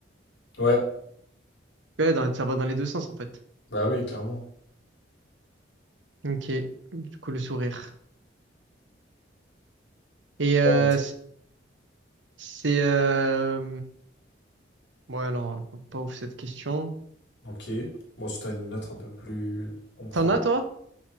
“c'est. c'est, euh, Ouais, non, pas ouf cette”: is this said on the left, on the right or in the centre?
Right